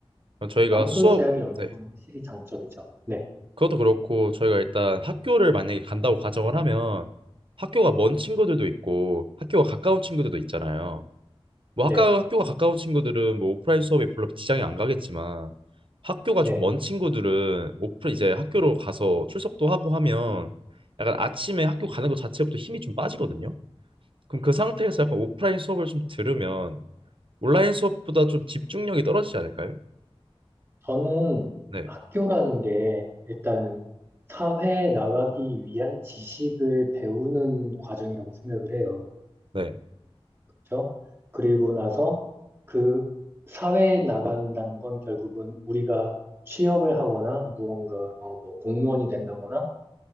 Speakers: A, on the right; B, on the right.
A: 그럼 저희가
B: 장소의
A: 수업,
B: 제약이 없는
A: 네,
B: 건 확실히 장점이죠. 네.
A: 그것도 그렇고 저희가 일단 학교를 만약에 간다고 가정을 하면 학교가 먼 친구들도 있고 학교가 가까운 친구들도 있잖아요. 뭐
B: 네.
A: 학과, 학교가 가까운 친구들은 뭐 오프라인 수업에 별로 지장이 안 가겠지만 학교가
B: 네.
A: 좀 먼 친구들은 오프 이제 학교로 가서 출석도 하고 하면 약간 아침에 학교 가는 것 자체부터 힘이 좀 빠지거든요. 그럼 그 상태에서 약간 오프라인 수업을 좀 들으면 온라인 수업보다 좀 집중력이 떨어지지 않을까요?
B: 저는
A: 네,
B: 학교라는 게 일단 사회에 나가기 위한 지식을 배우는 과정이라고 생각을 해요.
A: 네,
B: 그렇죠? 그리고 나서 그 사회에 나간다는 건 결국은 우리가 취업을 하거나 무언가 어, 뭐 공무원이 된다거나